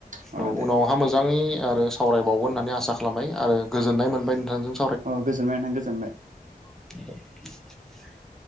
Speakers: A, on the right; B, in the centre.
A: अ
B: औ
A: दे
B: उनावहा मोजाङै आरो सावरायबावगोन होन्नानै आसा खालामबाय आरो गोजोननाय मोनबाय नोंथां
A: अ गोजोनबाय नोंथां गोजोनबाय।
B: <unintelligible>